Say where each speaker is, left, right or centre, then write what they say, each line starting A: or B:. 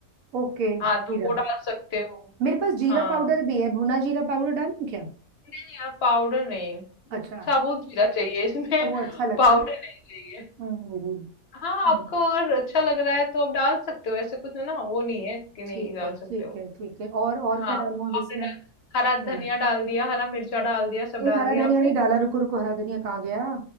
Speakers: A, on the right; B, on the left.
A: ओके जीरा।
B: हाँ तो वो डाल सकते हो
A: मेरे पास जीरा
B: हाँ
A: पाउडर भी है भुना जीरा पाउडर डालूं क्या
B: नहीं यार पाउडर नहीं वो
A: अच्छा
B: साबुत जीरा चाहिए इसमें
A: अच्छा वो अच्छा लगता
B: पाउडर
A: है
B: नहीं चाहिए
A: हम्म हम्म हम्म
B: हाँ आपको
A: हम्म,
B: अगर अच्छा लग रहा है तो आप डाल सकते हो ऐसे कुछ ना वो नहीं है कि नहीं
A: ठीक
B: डाल
A: है
B: सकते
A: ठीक
B: हो
A: है ठीक है और और
B: हाँ
A: क्या डालूं
B: वो
A: अब इसमें
B: आपने डाल हरा
A: हम्म
B: धनिया डाल दिया हरा मिर्चा डाल दिया सब
A: नहीं
B: डाल
A: हरा
B: दिया
A: धनिया
B: आपने
A: नहीं डाला रुको रुको हरा धनिया कहाँ गया